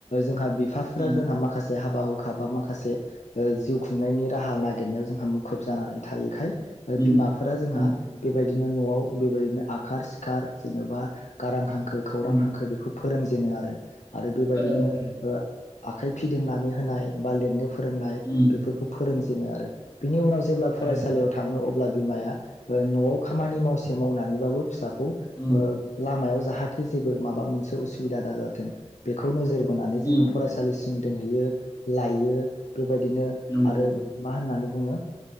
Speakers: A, on the left (about 85°); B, on the left (about 35°).
A: जोंहा बिफाफोरा
B: उम
A: जोंहा माखासे हाबा हुखा बा माखासे जिउ जिउ खुंनाइनि राहा नागेरनायाव जोंहा मुखुब जानानै थायोखाय
B: उम
A: बिमाफोरा जों
B: उम
A: हा बेबादि बिदिनो नआव बेबायदिनो आखार सिखार जेनबा गारां हांखो खौरां
B: उम
A: हांखो बेखौ फोरों बिदिनो आरो आरो बेबायदिनो
B: फोरोङो फोरोङो
A: ओ आखाइ फिदिंनानै होनाय बा लिरनो फोरोंनाय
B: उम
A: फोरोंजेनो आरो बिनि उनाव जेब्ला फरायसालियाव
B: फोरोङो औ
A: थांङो अब्ला बिमाया नआव खामानि माव से मावनानैबाबो फिसाखौ
B: उम
A: लामायाव जाहाथे जेबो माबा मोनसे उसु बिदा दाजाथों बेखौ नोजोर बोनानै जोंङो
B: उम
A: फरायसालिसिम दोनहैयो लाययो बेबायदिनो आरो
B: नंगौ
A: मा होननानै बुङो